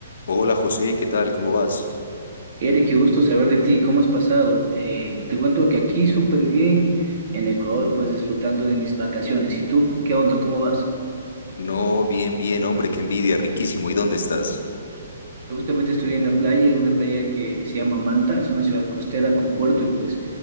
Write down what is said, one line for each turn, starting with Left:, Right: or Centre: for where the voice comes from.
Left: Hola José, ¿qué tal? ¿Cómo vas?
Right: Eric, qué gusto saber de ti, ¿cómo has pasado? Eh, te cuento que aquí súper bien, en Ecuador, pues disfrutando de mis vacaciones. ¿Y tú? ¿Qué onda? ¿Cómo vas?
Left: No, bien, bien, hombre, qué envidia, riquísimo. ¿Y dónde estás?
Right: Yo justamente estoy en la playa, en una playa que se llama Manta, es una ciudad costera con puerto y pues